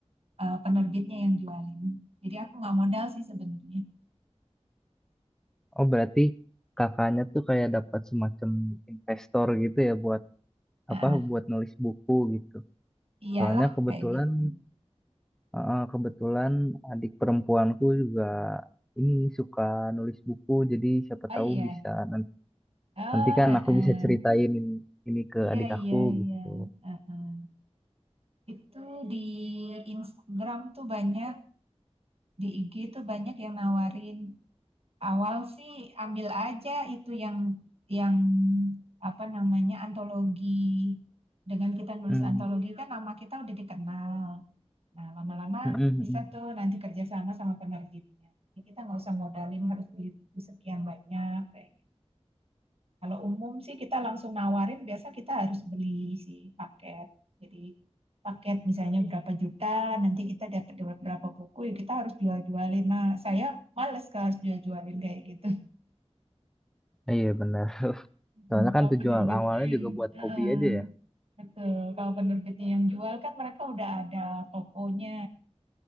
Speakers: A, on the right; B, in the centre.
A: eh, penerbitnya yang jualin. Jadi aku nggak modal sih sebenarnya.
B: Oh, berarti kakaknya tuh kayak dapat semacam investor gitu ya buat
A: Ah,
B: apa
A: ah.
B: buat nulis buku gitu.
A: iyalah
B: Soalnya kebetulan
A: kayak gitu.
B: eh, kebetulan adik perempuanku juga ini suka nulis buku jadi siapa
A: Oh
B: tahu
A: iya,
B: bisa nan-
A: Oh,
B: nanti kan
A: heeh.
B: aku bisa ceritain ini, ini ke
A: Iya,
B: adik aku
A: iya, iya.
B: gitu.
A: Heeh. Itu di Instagram tuh banyak, di IG tuh banyak yang nawarin. Awal sih ambil aja itu yang yang apa namanya antologi. Dengan kita nulis
B: Hmm.
A: antologi kan nama kita udah dikenal. Nah, lama-lama
B: Mm, mm, mm,
A: bisa
B: mm.
A: tuh nanti kerjasama sama penerbitnya. Jadi kita nggak usah modalin harus beli buku sekian banyak kayak Kalau umum sih kita langsung nawarin, biasa kita harus beli si paket. Jadi paket misalnya berapa juta, nanti kita dapat berapa buku, ya kita harus jual-jualin. Nah, saya males kalau harus jual-jualin kayak gitu.
B: Iya benar
A: Hmm,
B: Soalnya kan
A: Kalau
B: tujuan
A: penerbitnya
B: awalnya
A: yang
B: juga buat
A: eh,
B: hobi aja ya.
A: betul, kalau penerbitnya yang jual kan mereka udah ada tokonya